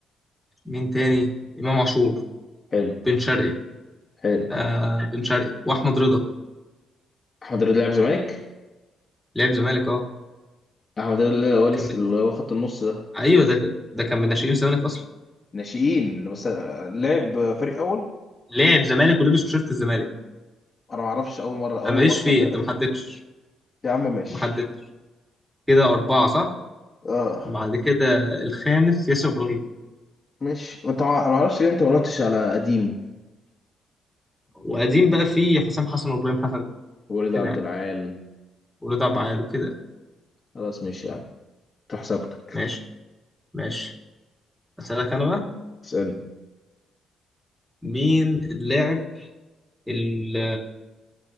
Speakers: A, in the centre; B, on the left (about 35°).
A: مين تاني امام عاشور
B: حلو
A: بن شرقي
B: حلو
A: آه بن شرقي واحمد رضا
B: أحمد رضا لعب زمالك
A: لعب زمالك اه
B: أحمد رضا اللي هو لسه-
A: كان من
B: اللي هو خط النص ده
A: ايوه ده ك- ده كان من ناشئين الزمالك اصلا
B: ناشئين بس آه، لعب فريق أول
A: لاعب زمالك ولبس تيشيرت الزمالك
B: انا ما اعرفش اول مره اول
A: انا ماليش
B: مره تعدي
A: فيه
B: عليا
A: انت ما حددتش
B: يا عم ماشي
A: ما حددتش كده اربعه صح
B: اه
A: بعد كده الخامس ياسر ابراهيم
B: ماشي انت ما... انا ما اعرفش ليه انت ما رحتش على قديم
A: وقديم بقى فيه حسام حسن وابراهيم حسن
B: ورضا
A: كده
B: عبد
A: يعني
B: العال
A: ورضا بعال وكده
B: خلاص ماشي يا عم تحسب لك
A: ماشي ماشي اسالك انا بقى
B: اسالني
A: مين اللاعب ال...